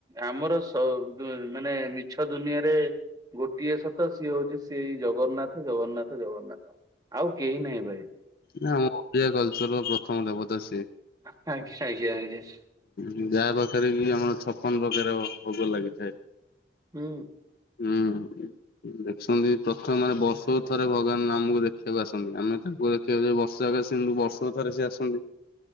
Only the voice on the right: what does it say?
ଆମର ସବ୍ ଉଁ ମାନେ ମିଛ ଦୁନିଆରେ। ଗୋଟିଏ ସତ ସିଏ ହଉଛି ସେଇ ଜଗନ୍ନାଥ ଜଗନ୍ନାଥ ଜଗନ୍ନାଥ। ଆଉ କେହି ନାହିଁ ଭାଇ।
ଆ ଆଜ୍ଞା ଆଜ୍ଞା ଆଜ୍ଞା।
ହୁଁ।